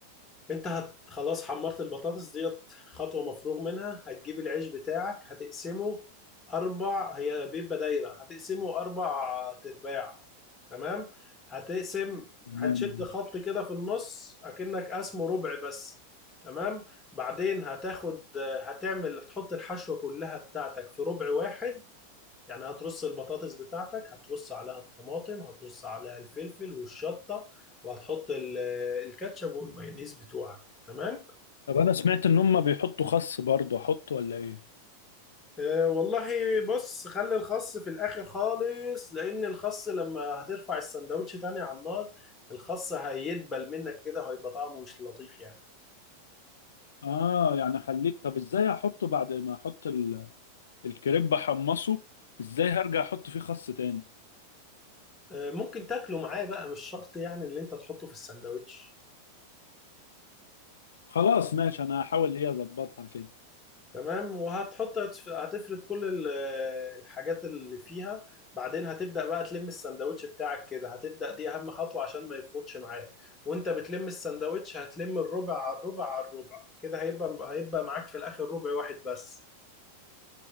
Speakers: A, on the left; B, on the left.
A: انت هت خلاص حمرت البطاطس ديت خطوة مفروغ منها هتجيب العيش بتاعك هتقسمه اربع هي بيبقى دايرة هتقسمه اربع ترباع تمام هتقسم
B: تمام
A: هتشد
B: ماشي.
A: خط كده في النص اكنك قسمه ربع بس تمام بعدين هتاخد هتعمل هتحط الحشوة كلها بتاعتك في ربع واحد يعني هترص البطاطس بتاعتك هترص عليها الطماطم هترص عليها الفلفل والشطة وهتحط ال- آه، الكاتشب والمايونيز بتوعك تمام
B: طب انا سمعت ان هم بيحطوا خس برضه احط ولا ايه
A: أه والله بص خلي الخس في الاخر خالص لان الخس لما هترفع السندوتش تاني على النار الخس هيدبل منك كده هيبقى طعمه مش لطيف يعني
B: اه يعني خليك طب ازاي احطه بعد ما احط ال... الكريب احمصه ازاي هرجع احط فيه خس تاني
A: أه ممكن تاكله معاه بقى مش شرط يعني اللي انت تحطه في السندوتش
B: خلاص ماشي انا هحاول هي اظبطها كده
A: تمام وهتحط هتفرد كل ال- الحاجات اللي فيها بعدين هتبدأ بقى تلم السندوتش بتاعك كده هتبدأ دي أهم خطوة عشان ما يفرطش معاك وانت بتلم السندوتش هتلم الربع على الربع على الربع كده هيبقى هيبقى معاك في الآخر ربع واحد بس